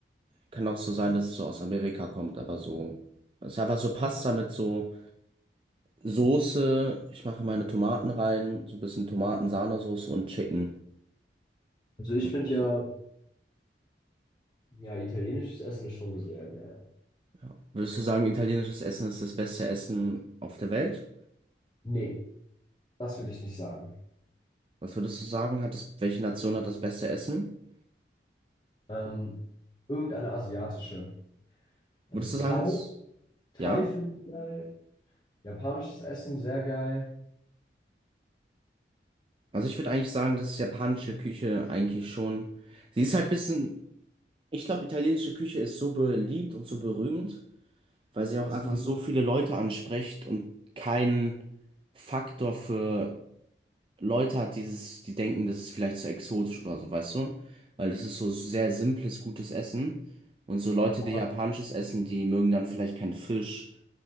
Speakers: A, on the right; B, on the left.
A: Kann auch so sein, dass es so aus Amerika kommt, aber so. Es ist einfach so Pasta mit so Soße. Ich mache meine Tomaten rein, so ein bisschen Tomaten-Sahnesoße und Chicken.
B: Also ich
A: Und
B: finde
A: so,
B: ja, ja, italienisches Essen ist schon sehr geil.
A: ja. Würdest du sagen, italienisches Essen ist das beste Essen auf der Welt?
B: Nee, das würde ich nicht sagen.
A: Was würdest du sagen? Hat es, welche Nation hat das beste Essen?
B: Ähm, irgendeine asiatische. Also
A: Würdest
B: Thai,
A: du sagen, es,
B: Thai
A: ja?
B: finde ich geil. Japanisches Essen sehr geil.
A: Also ich würde eigentlich sagen, dass japanische Küche eigentlich schon. Sie ist halt ein bisschen. Ich glaube, italienische Küche ist so beliebt und so berühmt. weil sie auch
B: Das
A: einfach
B: Niveau.
A: so viele Leute anspricht und keinen Faktor für Leute hat, dieses, die denken, das ist vielleicht zu exotisch oder so, weißt du? Weil das ist so sehr simples, gutes Essen. Und so Leute,
B: Ja,
A: die japanisches essen, die mögen dann vielleicht keinen Fisch